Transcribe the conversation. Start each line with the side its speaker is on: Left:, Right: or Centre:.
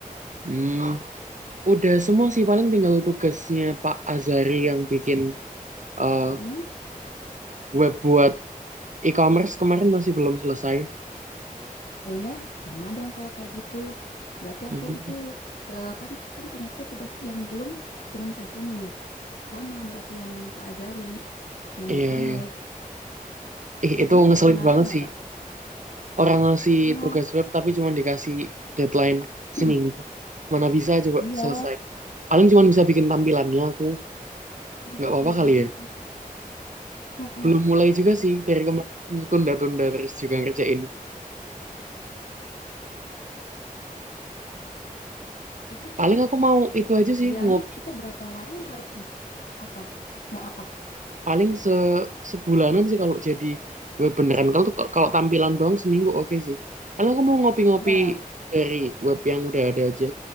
Right: Hmm, udah semua sih paling tinggal tugasnya Pak Azari yang bikin eh,
Left: Mm-mm.
Right: web buat e-commerce kemarin masih belum selesai.
Left: Oh ya, sama dong kalau kayak gitu. Berarti
Right: Mhm.
Left: aku itu ya, pan- kan punya aku tugas yang belum cuman satu nih. Sama berarti yang Pak Azari yang
Right: Iya
Left: bikin
Right: iya.
Left: web.
Right: Ih, itu
Left: Kamu
Right: ngeselin
Left: ada kendala
Right: banget
Left: nggak
Right: sih.
Left: Kak?
Right: Orang ngasih
Left: Oh,
Right: tugas web tapi cuma dikasih deadline
Left: <clears throat>
Right: seminggu. Mana bisa coba
Left: iya,
Right: selesai. Paling cuma bisa bikin tampilannya aku.
Left: iya
Right: Nggak apa-apa
Left: bener
Right: kali
Left: banget.
Right: ya.
Left: Oh, oh.
Right: Belum mulai juga sih dari kemarin aku tunda-tunda terus juga ngerjainnya.
Left: Itu tuh
Right: Paling aku mau itu aja sih
Left: idealnya
Right: ngopi
Left: kita berapa lama ya harusnya? Apa? Mau apa?
Right: paling se sebulanan sih kalau jadi web beneran. Kalau tuh kalau tampilan doang seminggu oke sih. Paling aku mau ngopi-ngopi
Left: Ya,
Right: dari web yang udah ada aja.